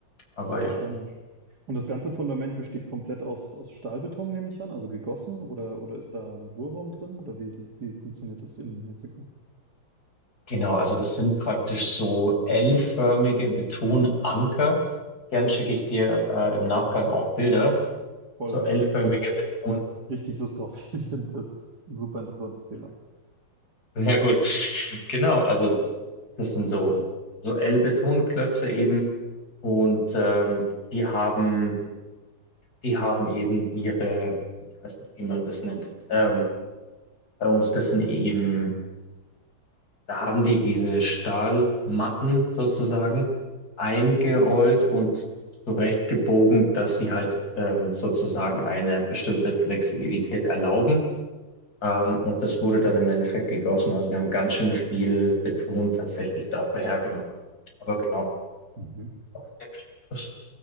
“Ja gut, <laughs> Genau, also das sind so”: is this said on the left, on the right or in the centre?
Left